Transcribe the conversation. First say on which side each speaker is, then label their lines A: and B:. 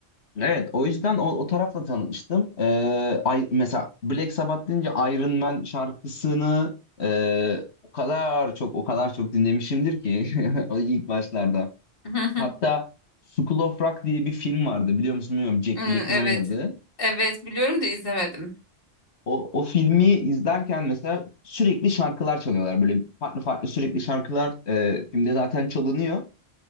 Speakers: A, on the left; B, on the left.
A: Evet, o yüzden o, o tarafla tanıştım. Ee, ay, mesela Black Sabbath deyince Iron Man şarkısını e, o kadar çok o kadar çok dinlemişimdir ki <laughs> o ilk başlarda.
B: Hı, hı.
A: Hatta School of Rock diye bir film vardı biliyor musun bilmiyorum Jack
B: Hı,
A: Black'in
B: Evet.
A: oynadığı.
B: Evet biliyorum da izlemedim.
A: O, o filmi izlerken mesela sürekli şarkılar çalıyorlar böyle farklı farklı sürekli şarkılar e, filmde zaten çalınıyor.